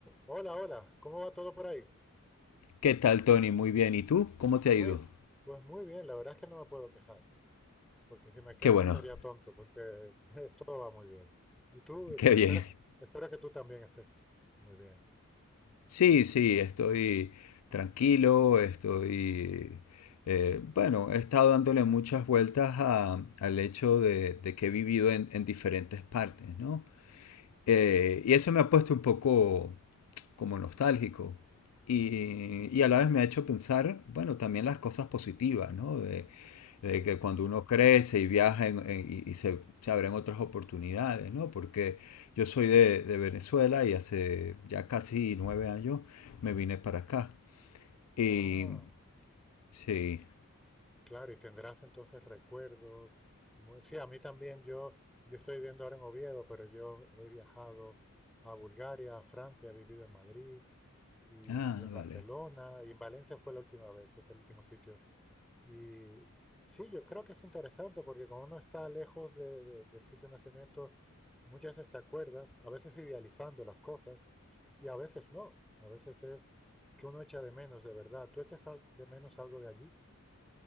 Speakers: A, in the centre; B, on the left.
A: Hola, hola, ¿cómo va todo por ahí?
B: ¿Qué tal, Tony? Muy bien. ¿Y tú? ¿Cómo te
A: Muy,
B: ha ido?
A: pues muy bien, la verdad es que no me puedo quejar, porque si me quejo
B: Qué bueno,
A: sería tonto, porque <laughs> todo va muy bien. Y tú,
B: qué
A: te- espero
B: bien.
A: que, espero que tú también estés muy bien.
B: Sí, sí, estoy tranquilo, estoy... eh, bueno, he estado dándole muchas vueltas a- al hecho de, de que he vivido en, en diferentes partes, ¿no? Eh, y eso me ha puesto un poco como nostálgico. Y, y a la vez me ha hecho pensar, bueno, también las cosas positivas, ¿no?
A: Sí.
B: de que cuando uno crece y viaja en- en- y, y se, se abren otras oportunidades, ¿no? Porque yo soy de, de Venezuela y hace ya casi nueve años me vine para acá. Y
A: Ah,
B: sí,
A: claro, y tendrás entonces recuerdos. Muy- Sí, a mí también, yo, yo estoy viviendo ahora en Oviedo, pero yo he viajado a Bulgaria, a Francia, he vivido en Madrid y,
B: ah,
A: y en Barcelona,
B: vale.
A: y en Valencia fue la última vez, es el último sitio Y sí, yo creo que es interesante porque cuando uno está lejos de- de- del sitio de nacimiento, muchas veces te acuerdas, a veces idealizando las cosas y a veces no. A veces es que uno echa de menos de verdad. ¿Tú echas al- de menos algo de allí?